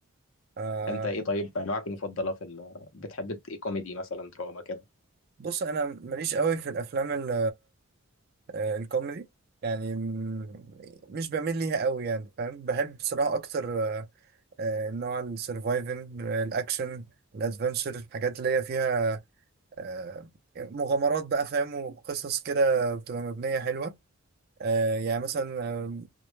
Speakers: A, on the right; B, on the left.
A: آه،
B: انت ايه طيب انواعك المفضله في ال... بتحب ايه كوميدي مثلا دراما كده
A: بص أنا ماليش أوي في الأفلام ال- آه، الكوميدي يعني م- مش بميل ليها أوي يعني فاهم بحب بصراحة أكتر آه، آه، نوع السرفايفنج الأكشن الأدفنشر الحاجات اللي هي فيها آه، مغامرات بقى فاهم وقصص كده بتبقى مبنية حلوة آه، يعني مثلا آه،